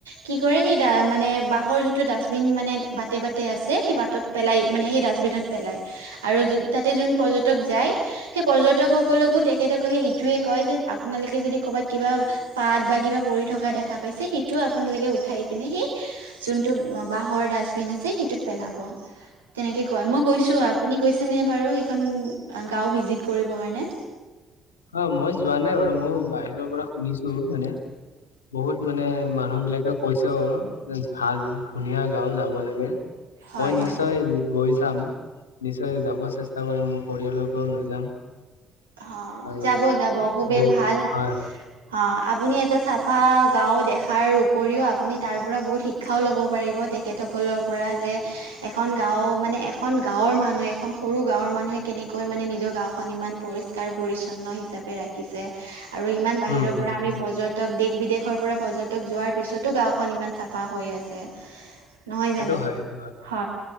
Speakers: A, on the right; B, on the left.
A: কি কৰে সেই মানে বাহঁৰ যিটো ডাষ্টবিন মানে বাটে বাটে আছে সেই বাটত পেলাই মানে সেই ডাষ্টবিনত পেলাই আৰু তাতে যোন পৰ্যটক যায় সেই পৰ্যটক সকলকো তেখেতসকলে এইটোয়ে কয় যে আপোনালোকে যদি কৰ'বাত কিবা পাত বা কিবা পৰি থকা দেখা পাইছে সেইটোও আপোনালোকে উঠাই পিনে সেই যোনটো বাঁহৰ ডাষ্টবিন আছে সেইটোত পেলাব তেনেকে কয় মই গৈছো আপুনি গৈছেনে বাৰু সেইখন গাঁও ভিজিট কৰিবৰ কাৰণে?
B: অ মই যোৱা নাই বাৰু মই বাহিৰৰ পৰা শুনিছো মানে। বহুত মানে মানুহ বিলাকে কৈছে অ'। ভাল ধুনীয়া গাওঁ যাব লাগে,
A: হয়
B: মই
A: হয়
B: নিশ্চয় গৈ চাম। নিশ্চয় যাব চেষ্টা কৰিম মোৰ পৰিয়ালোকো লৈ যাম।
A: অ',
B: আৰু
A: যাব যাব খুবেই
B: হয়
A: ভাল।
B: হয়
A: অ', আপুনি এটা চাফা গাওঁ দেখাৰ উপৰিও আপুনি তাৰ পৰা বহুত শিক শিক্ষাও ল'ব পাৰিব তেখেতসকলৰ পৰা যে এখন গাঁও মানে, এখন গাঁওৰ মানুহে এখন সৰু গাঁওৰ মানুহে কেনেকৈ মানে নিজৰ গাওঁখন ইমান পৰিষ্কাৰ পৰিচ্ছন্ন হিচাপে ৰাখিছে আৰু ইমান বাহিৰৰ
B: উম হম
A: পৰা আমি
B: হম
A: পৰ্যটন দেশ বিদেশৰ পৰা পৰ্যটক যোৱাৰ পিছতো গাঁওখন ইমান চাফা হৈ আছে। নহয়
B: সেইটো
A: জানো,
B: হয় সেইটো হয়
A: হা।